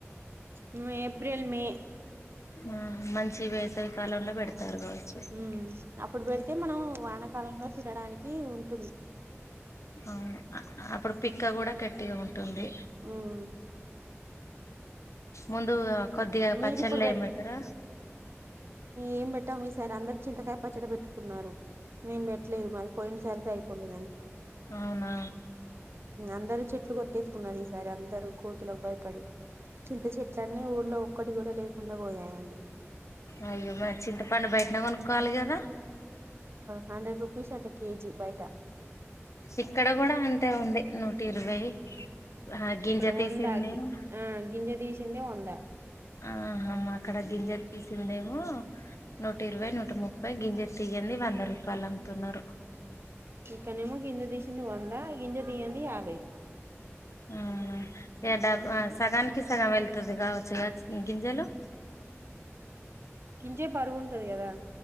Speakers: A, on the right; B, on the left.
A: మేము ఏప్రిల్ మే
B: ఆ మంచి వేసవి కాలంలో పెడతారు కావచ్చు
A: ఉ అప్పుడు పెడితే మనం వానకాలంలో తినడానికి ఉంటు
B: అ అప్పుడు పిక్క కూడా గట్టిగా ఉంటుంది
A: ఉమ్
B: ముందు కొద్దిగా
A: మీరిప్పుడు
B: పచ్చళ్ళ
A: పెట్ట
B: ఏం పెట్టార
A: ఏం పెట్టాం ఈసారి అందరు చింతకా పచ్చట పెట్టుకున్నారు మేం పెట్టలేదు మాది పోయిన సరితే అయిపోలేదడి
B: అవునా
A: అందరు చెట్లు కొట్టేసుకున్నారు ఈసారి అందరుూ కోతులోలకు భయపడి చింత చెట్ని ఊ లో ఒక ఒక్కటి కూడా లేకుండా పోయాయండి
B: అయ్యో మ చింతపండు బయటనే కొనుక్కోవాలి కదా
A: హండ్రెడ్ రుపీస్ అట్ట కేజీ బయట
B: ఇక్కడ కూడా అంతే ఉంది నూటి ఇరవై ఆ గింజ
A: ఇక్కడ
B: తీసిందేమో
A: ఒందగి ఆ గింజ దీస చిన్న వందా
B: ఆహమ్మా అక్కడ గింజ తీసిందేమో నూట ఇరవై నూట ముప్పై గింజ తీగింది వంద రూపాయలు అమ్ముతున్నారు
A: ఇక్కనేమో గింజ తీసింది వంద గింజ తీయండి యాభై బయి
B: ఆ ఇ డబ్బ సగానికి సగం వెళ్తుది కావచ్చు గింజలు
A: కింజే బరు ది కదా